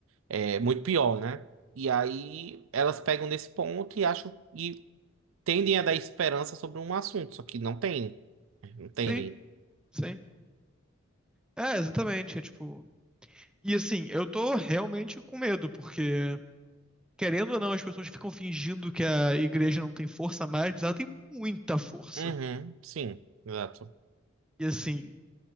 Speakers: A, on the right; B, in the centre.
A: é muito pior, né? E aí elas pegam nesse ponto e acham e tendem a dar esperança sobre um assunto, só que não tem. não Entendem?
B: sim, sim. É, exatamente. É tipo. E assim, eu tô realmente com medo, porque, querendo ou não, as pessoas ficam fingindo que a igreja não tem força mais, mas ela tem muita força.
A: Uhum, sim, exato.
B: E assim,